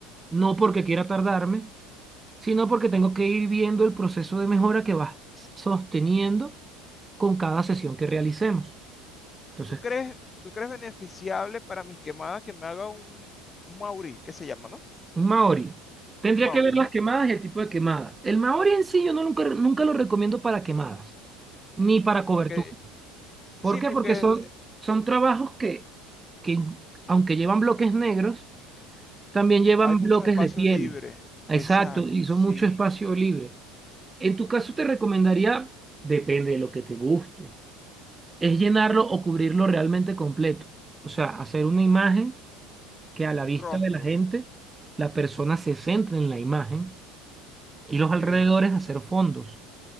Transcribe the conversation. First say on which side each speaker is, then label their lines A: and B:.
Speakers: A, on the right; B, on the left.
A: no porque quiera tardarme, sino porque tengo que ir viendo el proceso de mejora que vas sosteniendo con cada sesión que realicemos. Entonces,
B: ¿Tú crees, tú crees beneficiable para mis quemadas que me haga un, un Mauri, que se llama, ¿no?
A: Un Maori. Tendría
B: Mauri,
A: que ver
B: ajá.
A: las quemadas y el tipo de quemada. El Maori en sí yo no nunca, nunca lo recomiendo para quemadas, ni para cobertura.
B: Porque, sí,
A: ¿Por qué?
B: porque
A: Porque son, son trabajos que, que, aunque llevan bloques negros, también llevan
B: hay mucho
A: bloques
B: espacio
A: de piel.
B: libre.
A: Exacto,
B: Exacto,
A: y son
B: sí.
A: mucho espacio libre. En tu caso te recomendaría, depende de lo que te guste, es llenarlo o cubrirlo realmente completo. O sea, hacer una imagen que a la vista
B: Un rostro.
A: de la gente, la persona se centre en la imagen y los
B: Ok.
A: alrededores hacer fondos.